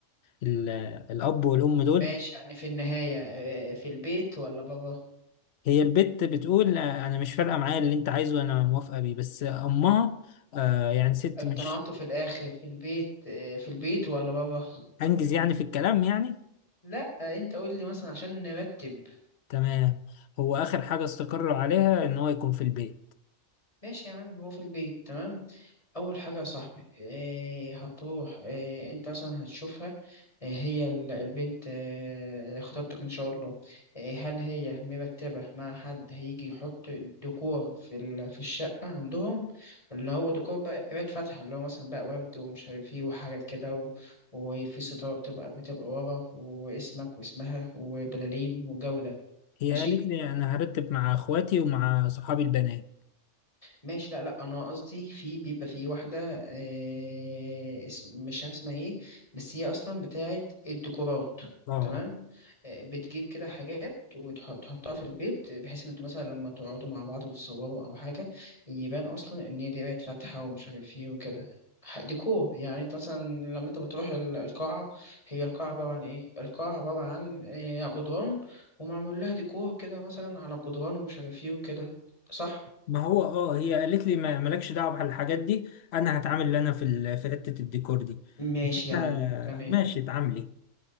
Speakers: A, on the left (about 65°); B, on the left (about 25°).
A: ال الاب والام دول
B: ماشي يعني في النهاية إيه في البيت ولا بره
A: هي البت بتقول آه، انا مش فارقة معايا اللي انت عايزه انا موافقة بيه بس امها آه يعني ست
B: اقتنعته
A: مش
B: في الاخر في البيت إيه في البيت ولا بره
A: انجز يعني في الكلام يعني
B: لا انت قول لي مثلا عشان نرتب
A: تمام هو اخر حاجة استقروا عليها ان هو يكون في البيت
B: ماشي يا عم هو في البيت تمام اول حاجه يا صاحبي إيه هتروح إيه انت مثلا هتشوفها إيه هي ال- البنت إيه خطيبتك ان شاء الله إيه هل هي مرتبه مع حد هيجي يحط ديكور في ال- في الشقه عندهم اللي هو ديكور بقى قرايه فاتحه اللي هو مثلا بقى ورد ومش عارف ايه وحاجات كده و... وفي ستاره بتبقى بتبقى ورا واسمك واسمها وبلالين والجو ده
A: هي
B: ماشي
A: قالت لي انا هرتب مع اخواتي ومع صحابي البنات
B: ماشي لا لا انا قصدي في بيبقى في واحده آه اسم مش عارف اسمها ايه بس هي اصلا بتاعت الديكورات
A: اه
B: تمام آه، بتجيب كده حاجات وتحطها في البيت بحيث ان انتوا مثلا لما تقعدوا مع بعض وتتصوروا او حاجه يبان اصلا ان هي دي بقت فاتحه ومش عارف ايه وكده ح- ديكور يعني انت مثلا لما انت بتروح ال- القاعه هي القاعه عباره عن ايه القاعه عباره عن آه، جدران ومعمول لها ديكور كده مثلا على الجدران ومش عارف ايه وكده صح
A: ما هو اه هي قالت لي ما مالكش دعوه بالحاجات دي انا هتعامل اللي انا في ال- في حته الديكور دي
B: ماشي
A: قلت
B: يا
A: لها
B: عم تمام
A: ماشي اتعاملي